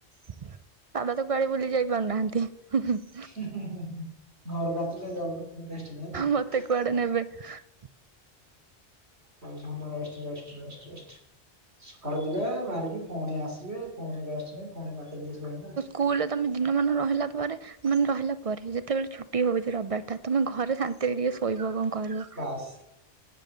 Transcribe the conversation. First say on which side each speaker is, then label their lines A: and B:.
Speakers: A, on the right (about 50°); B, on the right (about 75°).
A: ବାବା ତ କୁଆଡେ ବୁଲି ଯାଇ ପାରୁନାହାଁନ୍ତି।
B: ହୁଁ ହୁଁ ହୁଁ ଘର କୁ ଆସିଲେ ଯାଉନ ଗେଷ୍ଟ ନାଇକି
A: ମତେ କୁଆଡେ ନେବେ ଉଁ
B: ପରିଶ୍ରମ ପରେ ରେଷ୍ଟ ରେଷ୍ଟ ରେଷ୍ଟ ରେଷ୍ଟ। ସକାଳୁ ଯିବେ ବାହାରିକି ପୁଣି ଆସିବେ ପୁଣି ରେଷ୍ଟ ନେଇ ପୁଣି ବତେଇ ଦେଇ ଶୋଇବା କଥା।
A: କୁଲରେ ତମେ ଦିନମାନ ରହିଲା ପରେ ମାନେ ରହିଲା ପରେ ଯେତେବେଳେ ଛୁଟି ହଉଛି ରବିବାର ଟା ତମେ ଘରେ ଶାନ୍ତି ରେ ଟିକେ ଶୋଇବ କଣ କରିବ
B: ବାସ୍